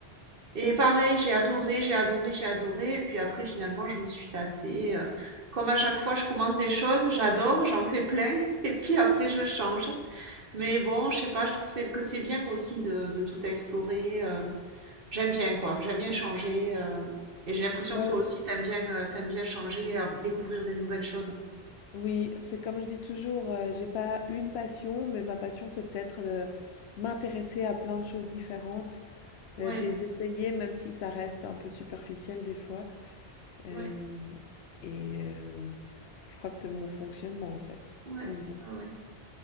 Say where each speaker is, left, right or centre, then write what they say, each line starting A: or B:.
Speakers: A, on the right (about 60°); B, on the left (about 75°).
A: Et pareil, j'ai adoré, j'ai adoré, j'ai adoré. Et puis après, finalement, je me suis lassée. euh. Comme à chaque fois, je commence des choses, j'adore, j'en fais plein. <laughs> Et puis après, je change. Mais bon, je sais pas, je trouve c'est- que c'est bien aussi de, de tout explorer. euh. J'aime bien quoi, j'aime bien changer. euh. Et j'ai l'impression
B: Ouais,
A: que toi aussi t'aimes bien, euh, t'aimes bien changer, euh, découvrir des nouvelles choses.
B: Oui, c'est comme je dis toujours, heu, j'ai pas une passion, mais ma passion, c'est peut-être de m'intéresser à plein de choses différentes,
A: Ouais,
B: heu, de les essayer, même si ça reste un peu superficiel des fois, hem
A: ouais,
B: et heu, je crois que c'est mon fonctionnement, en fait,
A: ouais,
B: mais bon.
A: ouais, ouais.